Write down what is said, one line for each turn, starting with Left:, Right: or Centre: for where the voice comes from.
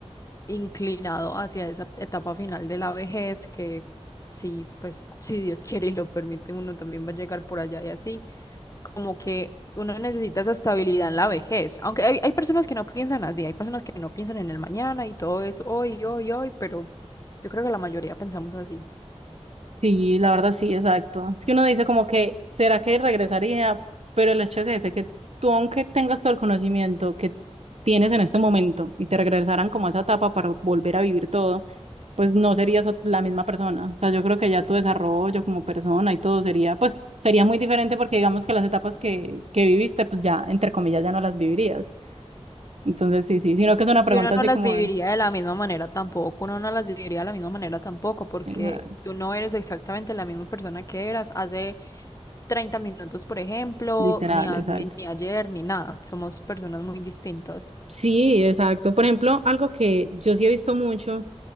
Left: inclinado hacia esa etapa final de la vejez, que sí, pues si Dios <laughs> quiere y lo permite, uno también va a llegar por allá y así, como que uno necesita esa estabilidad en la vejez, aunque hay, hay personas que no piensan así, hay personas que no piensan en el mañana y todo es hoy, hoy, hoy, pero yo creo que la mayoría pensamos así.
Right: Sí, la verdad sí, exacto. Es que uno dice como que, ¿será que regresaría? Pero el hecho es ese, que tú aunque tengas todo el conocimiento que tienes en este momento y te regresaran como a esa etapa para volver a vivir todo, pues no serías ot- la misma persona. O sea, yo creo que ya tu desarrollo como persona y todo sería, pues sería muy diferente porque digamos que las etapas que, que viviste, pues ya, entre comillas, ya no las vivirías. Entonces sí, sí, sino que es una pregunta
Left: Y uno no
Right: así
Left: las
Right: como
Left: viviría
Right: de,
Left: de la misma manera tampoco, uno no las viviría de la misma manera tampoco, porque
Right: esa-
Left: tú no eres exactamente la misma persona que eras hace 30 minutos, por ejemplo,
Right: literal,
Left: ni hace-
Right: exacto.
Left: ni ayer, ni nada. Somos personas muy distintas.
Right: Sí, exacto. Por ejemplo, algo que yo sí he visto mucho